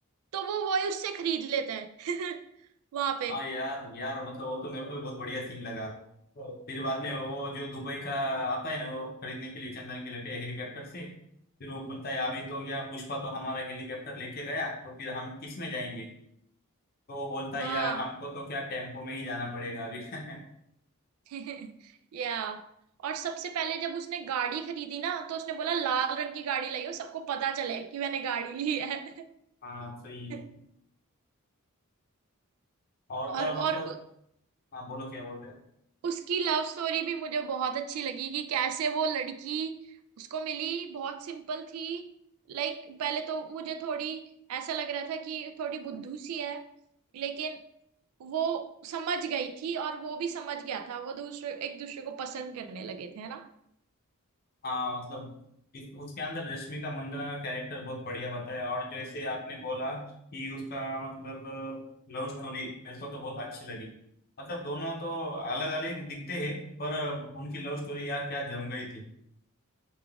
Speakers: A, on the right; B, on the left.
A: तो वो वही उससे खरीद लेता है <laughs> वहां पे
B: हाँ यार यार मतलब वो तो मेरे को भी बहुत बढ़िया सीन लगा फिर बाद में वो जो दुबई का आता है ना वो खरीदने के लिए चंदन के लिए हेलीकॉप्टर से फिर वो बोलता है अभी तो क्या पुष्पा तो हमारा हेलीकॉप्टर लेके गया तो फिर हम किस में जाएंगे तो वो बोलता है
A: हाँ
B: यार हमको तो क्या टेम्पो में ही जाना पड़ेगा अभी <laughs>
A: <laughs> या और सबसे पहले जब उसने गाड़ी खरीदी ना तो उसने बोला लाल रंग की गाड़ी लाई हो सबको पता चले कि मैंने गाड़ी ली है
B: हाँ सही
A: <laughs>
B: और तो
A: और
B: और मतलब
A: और उ-
B: हाँ बोलो क्या बोल रहे हो
A: उसकी लव स्टोरी भी मुझे बहुत अच्छी लगी कि कैसे वो लड़की उसको मिली बहुत सिंपल थी लाइक पहले तो मुझे थोड़ी ऐसा लग रहा था कि थोड़ी बुद्धू सी है लेकिन वो समझ गई थी और वो भी समझ गया था वो दूसरे एक दूसरे को पसंद करने लगे थे है ना
B: हाँ मतलब इस, उसके अंदर रश्मि का मंदाना का कैरेक्टर बहुत बढ़िया बताया और जैसे आपने बोला कि उसका मतलब लव स्टोरी मेरे को तो बहुत अच्छी लगी मतलब दोनों तो अलग अलग दिखते हैं पर उनकी लव स्टोरी यार क्या जम गई थी